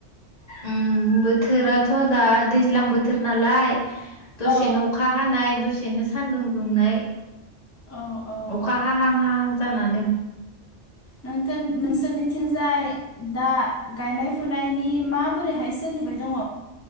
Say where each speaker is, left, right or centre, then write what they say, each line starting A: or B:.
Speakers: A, on the left (about 35°); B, on the left (about 20°).
A: उम बोथोराथ दा दैज्लां बोथोर नालाय दसे
B: औ
A: अखा हानाय‌ दसे दसेनो सान्दुं दुंनाय
B: औ औ
A: अखा
B: औ
A: हाहां हाहां जाना दों
B: नोंथोर नोंसोरनिथिंजाय दा गायनाय फुनायनि माबोरैहाय सोलिबाय दङ